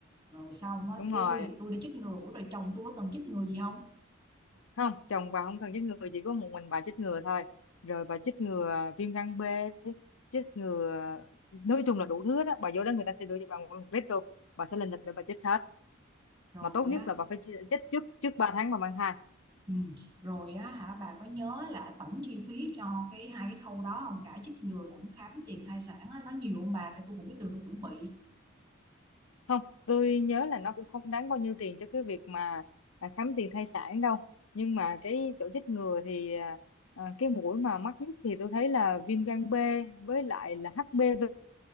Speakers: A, on the right; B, on the left.
A: rồi xong á,
B: đúng
A: tôi
B: rồi
A: tôi đã chích ngừa, ủa rồi chồng tôi có cần chích ngừa gì không?
B: không chồng bà không cần chích ngừa chỉ có một mình bà chích ngừa thôi rồi bà chích ngừa viêm gan B chích ngừa nói chung là đủ thứ đó bà vô đó người ta sẽ đưa cho bà nguyên một lít luôn bà sẽ lên lịch để bà chích hết
A: Rồi
B: mà tốt
A: á,
B: nhất là bà phải chi- chích trước trước ba tháng bà mang thai
A: ừ, rồi á hả bà có nhớ là tổng chi phí cho cái hai cái khâu đó không? Cả chích ngừa lẫn khám tiền thai sản á, nó nhiều không bà? Để tôi cũng biết đường tôi chuẩn bị.
B: không tôi nhớ là nó cũng không đáng bao nhiêu tiền cho cái việc mà à, khám tiền thai sản đâu nhưng mà cái chỗ chích ngừa thì à, à, cái mũi mà mắc nhất thì tôi thấy là viêm gan B với lại là HPV